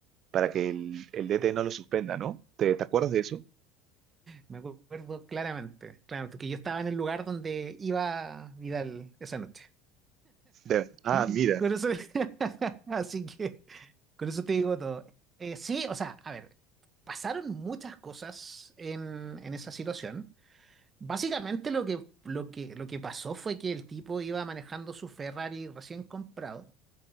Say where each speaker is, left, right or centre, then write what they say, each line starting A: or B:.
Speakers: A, on the right; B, on the right.
A: para que el, el DT no lo suspenda, ¿no? ¿Te, te acuerdas de eso?
B: me acuerdo claramente, claro, porque yo estaba en el lugar donde iba Vidal esa noche.
A: De- ah,
B: Mm.
A: mira,
B: Con eso, <laughs> así que, con eso te digo todo. Eh, sí, o sea, a ver, pasaron muchas cosas en, en esa situación. Básicamente lo que, lo que, lo que pasó fue que el tipo iba manejando su Ferrari recién comprado.